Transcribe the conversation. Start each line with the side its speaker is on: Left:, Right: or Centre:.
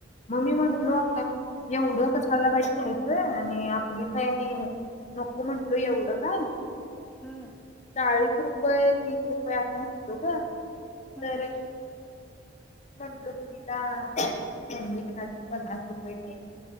Left: म मी म्हंटलो
Centre: होय
Left: आता एवढं कशाला काय घ्यायचं आणि आपली काय आणि नको म्हंटलो एवढं काय
Centre: हम्म
Left: चाळीस रुपये तीस रुपये असं होतो ग
Centre: हम्म
Left: तर म्हंटलो की तिला मम्मी घेणार होती पन्नास रुपयची